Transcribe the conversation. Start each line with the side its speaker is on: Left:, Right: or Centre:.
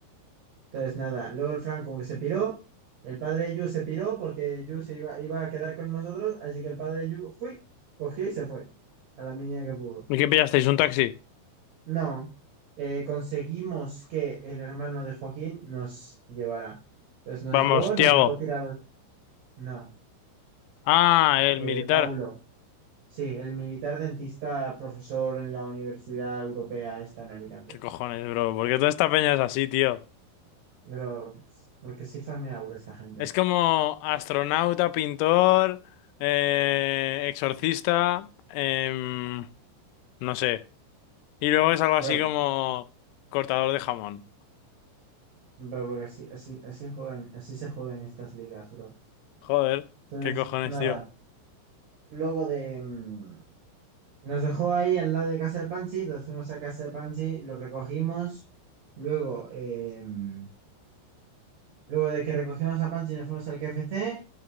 Right: Entonces, nada, luego el Frank como que se piró, el padre de Yu se piró porque Yu se iba, iba a quedar con nosotros, así que el padre de Yu fui, cogió y se fue a la mínima que pudo.
Left: ¿Y qué pillasteis? ¿Un taxi?
Right: No, eh, conseguimos que el hermano de Joaquín nos llevara. Entonces nos
Left: Vamos,
Right: llevó, nos
Left: Tiago.
Right: dejó tirados. No,
Left: Ah, el
Right: eh,
Left: militar.
Right: Paulo, sí, el militar dentista profesor en la Universidad Europea está en Alicante.
Left: ¿Qué cojones, bro? ¿Por qué toda esta peña es así, tío?
Right: Pero, porque sí farmea ahora esta gente.
Left: Es como astronauta, pintor, eh, exorcista, em, no sé. Y luego es algo
Right: Pero
Left: así como cortador de jamón.
Right: Bro, porque así, así, así juegan, así se juegan estas ligas, bro.
Left: Joder,
Right: Entonces,
Left: ¿qué cojones,
Right: nada,
Left: tío?
Right: luego de... mm, nos dejó ahí al lado de casa de Pansy, entonces fuimos a casa de Pansy, lo recogimos, luego, eh, mm, luego de que recogimos a Pansy nos fuimos al KFC,